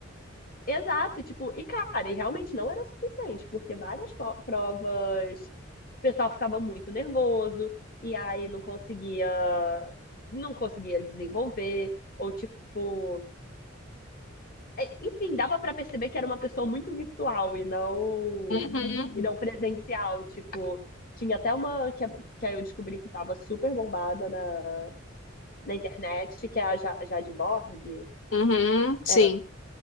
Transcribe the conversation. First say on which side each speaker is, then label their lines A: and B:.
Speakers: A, on the left; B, on the left.
A: Exato, tipo, e cara, e realmente não era o suficiente, porque várias po- provas o pessoal ficava muito nervoso e aí não conseguia não conseguia desenvolver ou tipo, é, enfim, dava pra perceber que era uma pessoa muito virtual e não
B: Uhum.
A: e não presencial, tipo, tinha até uma que, que aí eu descobri que tava super bombada na, na internet, que é a Ja- Jade Borg.
B: Uhum, sim,
A: é,